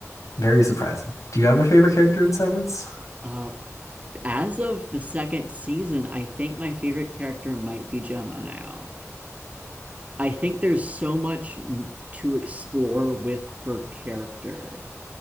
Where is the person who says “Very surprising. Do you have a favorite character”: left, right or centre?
Left